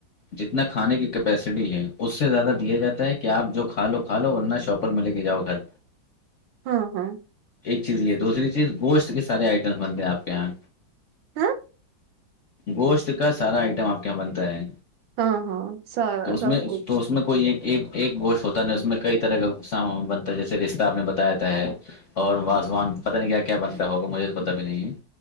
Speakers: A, on the left (about 60°); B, on the right (about 80°).
A: جتنا کھانے کی کیپیسٹی ہے اس سے زیادہ دیا جاتا ہے کہ آپ جو کا لو کھا لو ورنہ شاپ شاپر میں لے کے جاؤ گھر
B: ہاں ہاں
A: ایک چیز یہ دوسری چیز گوشت کے سارے آئٹمس بنتے ہیں آپ کے یہاں
B: ہ
A: گوشت کا سارا آئٹم آپ کے یہاں بنتا ہے
B: ہاں ہاں سارا
A: تو اس
B: سب
A: میں
B: کچھ
A: تو اس میں کوئی ایک ایک گوشت ہوتا نا اس میں کئی طرح کا سامان بنتا ہے جیسے رستہ آپ نے بتایا ہے اور وازوان پتہ نہیں کیا کیا بنتا ہوگا مجھے تو پتا بھی نہیں ہے